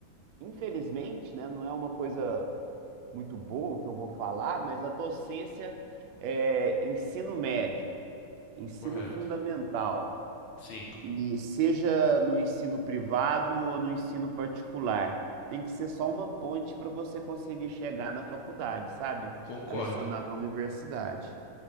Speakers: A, on the right; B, on the left.
A: infelizmente, né, não é uma coisa muito boa que eu vou falar, mas a docência é ensino médio, ensino
B: Correto.
A: fundamental.
B: Sim,
A: E seja no ensino privado ou no ensino particular, tem que ser só uma ponte para você conseguir chegar na faculdade, sabe?
B: concordo.
A: A lecionar na universidade,